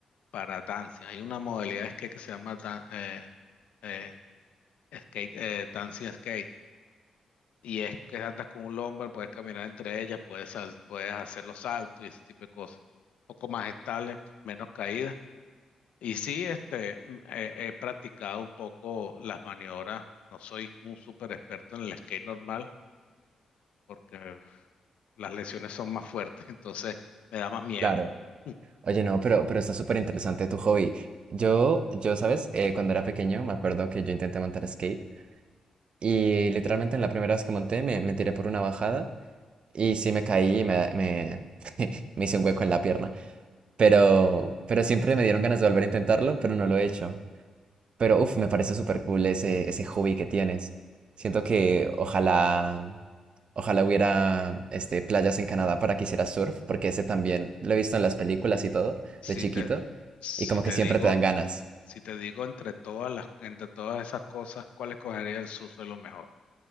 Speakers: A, on the left; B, on the right.
A: para dancing. Hay una modalidad de skate que se llama dan- eh, eh, skate, eh, dancing skate. Y es que andas con un longboard, puedes caminar entre ellas, puedes, sal- puedes hacer los saltos y ese tipo de cosas. Un poco más estable, menos caídas y sí, este, mm, he, he practicado un poco las maniobras. No soy un súper experto en el skate normal porque uf, las lesiones son más fuertes, <laughs> entonces me da más miedo.
B: Claro.
A: <laughs>
B: Oye, no, pero, pero está súper interesante tu hobby. Yo, yo, ¿sabes? Eh, cuando era pequeño me acuerdo que yo intenté montar skate y literalmente en la primera vez que monté me, me tiré por una bajada y sí me caí y me, me, <laughs> me hice un hueco en la pierna. Pero, pero siempre me dieron ganas de volver a intentarlo, pero no lo he hecho. Pero uff, me parece súper cool ese, ese hobby que tienes. Siento que ojalá, ojalá hubiera este, playas en Canadá para que hicieras surf, porque ese también lo he visto en las películas y todo,
A: Si
B: de chiquito,
A: te, si
B: y como
A: te
B: que siempre
A: digo,
B: te dan ganas.
A: si te digo entre todas las, entre todas esas cosas, ¿cuál escogería el surf es lo mejor?